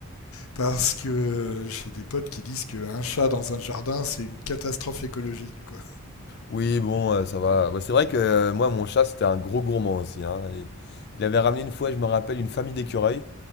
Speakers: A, on the left (about 75°); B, on the left (about 45°).
A: Parce que euh, j'ai des potes qui disent qu'un chat dans un jardin, c'est une catastrophe écologique. Quoi.
B: Oui, bon, euh, ça va. Bah, c'est vrai que euh, moi, mon chat, c'était un gros gourmand aussi. hein. Il, il avait ramené une fois, je me rappelle, une famille d'écureuils.